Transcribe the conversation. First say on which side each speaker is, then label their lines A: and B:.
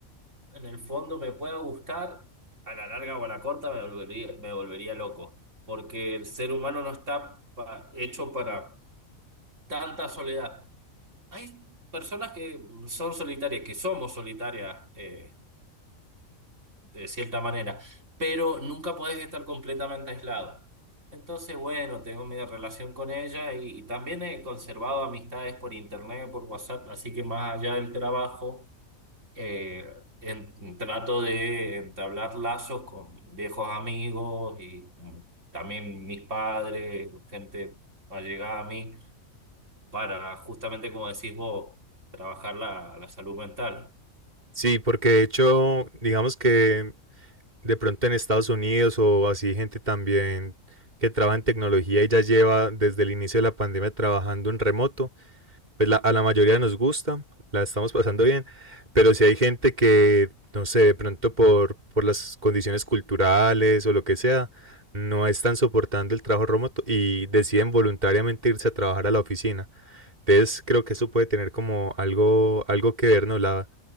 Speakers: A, on the right (about 60°); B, on the right (about 30°).
A: en el fondo me pueda gustar, a la larga o a la corta me volvería, me volvería loco, porque el ser humano no está pa- hecho para tanta soledad. Hay personas que son solitarias, que somos solitarias. eh, de cierta manera, pero nunca podés estar completamente aislado. Entonces, bueno, tengo mi relación con ella y, y también he conservado amistades por internet, por WhatsApp, así que más allá del trabajo, eh, en- trato de entablar lazos con viejos amigos y mm, también mis padres, gente allegada a mí, para justamente, como decís vos, trabajar la la salud mental.
B: Sí, porque de hecho, digamos que de pronto en Estados Unidos o así gente también que trabaja en tecnología y ya lleva desde el inicio de la pandemia trabajando en remoto, pues la- a la mayoría nos gusta, la estamos pasando bien, pero si hay gente que, no sé, de pronto por, por las condiciones culturales o lo que sea, no están soportando el trabajo remoto y deciden voluntariamente irse a trabajar a la oficina. Entonces creo que eso puede tener como algo, algo que ver, ¿no? La,